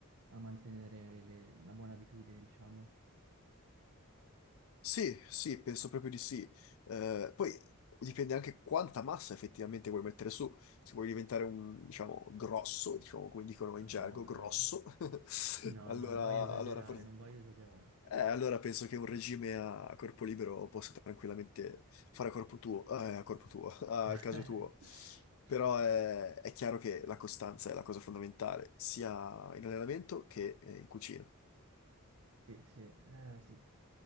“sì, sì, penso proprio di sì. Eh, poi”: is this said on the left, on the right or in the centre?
Left